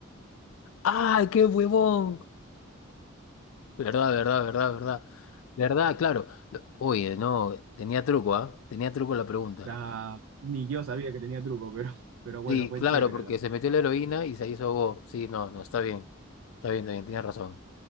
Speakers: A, on the left; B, on the right.
A: ¡Ay, qué huevón! Verdad, verdad, verdad, verdad. Verdad, claro. Lo- Oye, no, tenía truco, ¿ah? Tenía truco la pregunta.
B: Ah, ni yo sabía que tenía truco, pero, pero bueno,
A: Sí,
B: pues
A: claro,
B: chévere.
A: porque
B: lo-
A: se metió la heroína y se hizo go. Sí, no, no, está bien. Está bien, está bien, tienes razón.